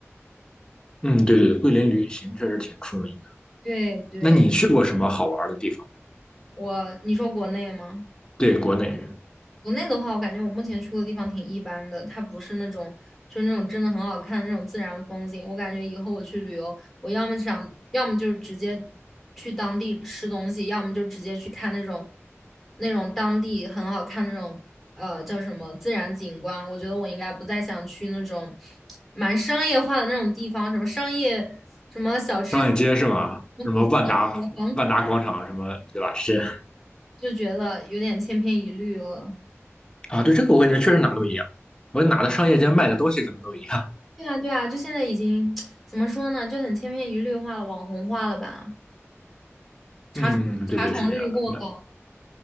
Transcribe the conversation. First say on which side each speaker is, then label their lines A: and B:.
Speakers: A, on the left (about 15°); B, in the centre.
A: 嗯，对对对，桂林旅行确实挺出名的。
B: 对对，
A: 那你去过什么好玩的地方？
B: 我，你说国内吗？
A: 对，国内
B: 国内的话，我感觉我目前去过的地方挺一般的，它不是那种就那种真的很好看的那种自然风景。我感觉以后我去旅游，我要么想，要么就是直接去当地吃东西，要么就直接去看那种那种当地很好看的那种呃叫什么自然景观。我觉得我应该不再想去那种蛮商业化的那种地方，什么商业什么小吃街
A: 商业街是吗？
B: 什么古
A: 什么万达万达广场什么，
B: 古黄，
A: 对吧？是
B: 就觉得有点千篇一律了。
A: 啊，对这个我感觉确实哪都一样，我觉得哪的商业街卖的东西可能都一样。
B: 对啊，对啊，就现在已经 <tsk> 怎么说呢，就很千篇一律化了，网红化了吧？查重查重率过高，
A: 嗯，对对是这样的，卖